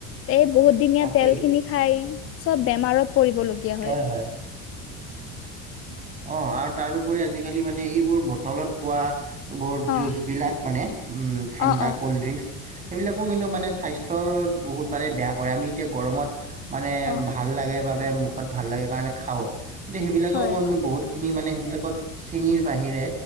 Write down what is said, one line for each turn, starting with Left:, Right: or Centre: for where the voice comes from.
Left: এই বহুত দিনীয়া
Right: তাকেই
Left: তেল খিনি খাই, চব বেমাৰত পৰিবলগীয়া। হয়
Right: হয়-হয়। অ' আৰু তাৰোপৰি আজিকালি মানে এইবোৰ বটলত পোৱা, এইবোৰ
Left: অ
Right: জুচবিলাক মানে ঠাণ্ডা
Left: অ অ
Right: ক'ল্ড ড্ৰিংকচ। সেইবিলাকো কিন্তু মানে স্বাস্থ্য বহুত মানে বেয়া কৰে। আমি এতিয়া গৰমত মানে
Left: অ
Right: ভাল লাগে বাবে মুখত ভাল লাগে কাৰণে খাওঁ। কিন্ত সেইবিলাকেও
Left: হয়
Right: মানে বহুতখিনি মানে সেইবিলাকত চেনিৰ বাহিৰে